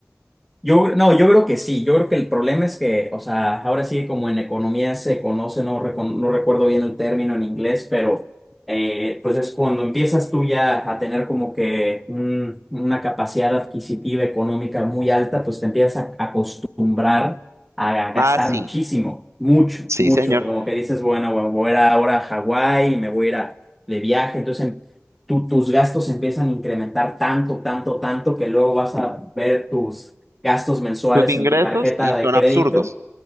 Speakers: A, in the centre; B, on the right (about 80°).
A: Yo, no, yo creo que sí, yo creo que el problema es que, o sea, ahora sí como en economía se conoce, no, recon- no recuerdo bien el término en inglés, pero eh, pues es cuando empiezas tú ya a tener como que un- una capacidad adquisitiva económica muy alta, pues te empiezas a acostumbrar a gastar
B: Ah, sí,
A: muchísimo, mucho,
B: sí,
A: mucho,
B: señor.
A: o sea, como que dices, bueno, bueno, voy a ir ahora a Hawái, me voy a ir a- de viaje, entonces em- tu- tus gastos empiezan a incrementar tanto, tanto, tanto que luego vas a ver tus gastos mensuales
B: Tus ingresos
A: en tu tarjeta
B: y son
A: de crédito,
B: absurdos.